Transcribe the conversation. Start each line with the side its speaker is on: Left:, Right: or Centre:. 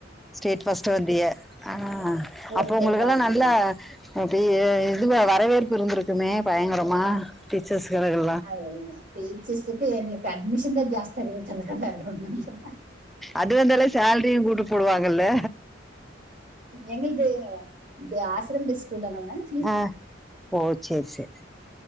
Centre: ஸ்டேட் பஸ்ட்டா வந்தீய ஆ
Right: ஒரு
Centre: அப்போ
Right: கை
Centre: உங்களுக்கெல்லாநல்லா.
Right: வாங்கின மேம்
Centre: அப்பயே இதுவா வரவேற்பு இருந்திருக்குமே பயங்கரமா. டீச்சர்ஸ்க்கு எதனா ஹெல்ப்
Right: <unintelligible> டீச்சர்ஸ்க்கு எங்களுக்கு அட்மிஷன் தா ஜாஸ்தி ஆகுது தவர வேற ஒன்னு இல்லங்க
Centre: அது வந்தாலே சேல்ரியு கூட்டு போடுவாங்கல
Right: எங்கள்து இது ஆசரம் பேஸ் ஸ்கூல் அதனால தான
Centre: ஆ ஓ செரி செரி